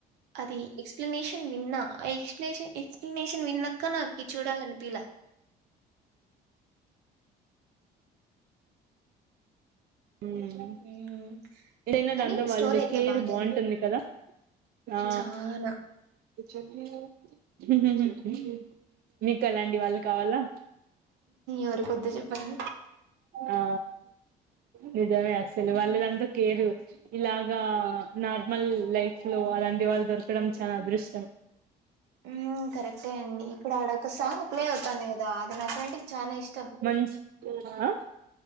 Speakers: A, on the right; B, on the right.
A: అది ఎక్స్ప్లెనేషన్ విన్నా ఆ ఎక్స్ప్లేష ఎక్స్ప్లనేషన్ విన్నక్క నాకు చూడాలన్పీలా
B: ఉమ్
A: ఉమ్,
B: ఏదైనా
A: కానీ
B: దాంత వాళ్ళు
A: స్టోరీ అయితే
B: కేర్
A: బానే
B: బాగుంటుంది
A: ఉంది
B: కదా ఆ
A: చానా
B: చెప్నా కదా మీకు అలాంటి వాళ్ళు కావాలా?
A: ఎవరి కొద్దు చెప్పండి
B: ఆ నిజమే అసలు వాళ్ళ దంతా కేరు ఇలాగా నార్మల్ లై లైఫ్ లో అలాంటి వాళ్ళు దొరకడం చానా అదృష్టం
A: ఉమ్ కరెక్టే అండి ఇప్పుడు ఆడ ఒక సాంగ్ ప్లే అవుతాంది కదా అది నా ఫ్రెండ్కి చానా ఇష్టం
B: మంచి ఆ